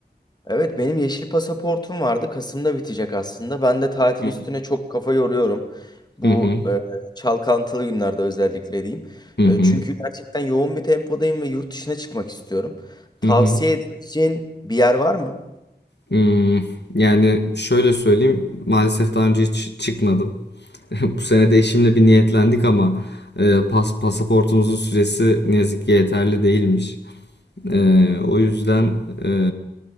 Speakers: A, on the left; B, on the left.
A: Evet benim yeşil pasaportum vardı. Kasım'da bitecek aslında. Ben de tatil
B: Hı.
A: üstüne çok kafa yoruyorum. Bu
B: Hı
A: e, çalkantılı günlerde özellikle diyeyim.
B: Hı
A: E,
B: hı,
A: çünkü gerçekten yoğun bir tempodayım ve yurt dışına çıkmak istiyorum. Tavsiye
B: hı hı.
A: edebileceğin bir yer var mı?
B: Hmm, yani şöyle söyleyeyim, maalesef daha önce hiç çıkmadım. <laughs> Bu sene de eşimle bir niyetlendik ama e, pas, pasaportumuzun süresi ne yazık ki yeterli değilmiş. E, o yüzden e,